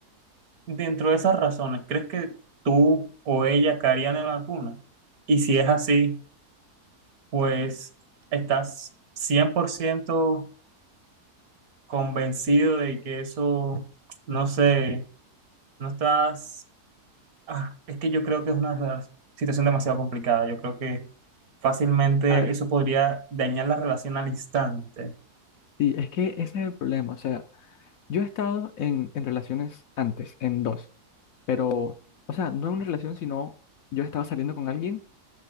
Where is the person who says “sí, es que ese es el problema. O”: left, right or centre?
Left